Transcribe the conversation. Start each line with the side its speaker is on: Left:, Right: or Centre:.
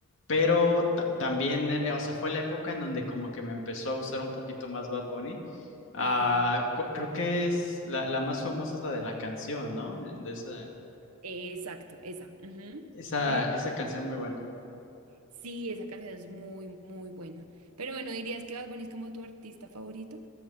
Left: pero ta- también, eh, o sea, fue la época en donde como que me empezó a gustar un poquito más Bad Bunny. Ah,
Right: Ajá.
Left: cu- creo que es la, la más famosa es la de la canción, ¿no? Eh, De esa,
Right: Eh, Exacto, esa. ujú.
Left: esa,
Right: Pero
Left: esa canción muy buena.
Right: sí, esa canción es muy, muy buena. Pero bueno, ¿dirías que Bad Bunny es como tu artista favorito?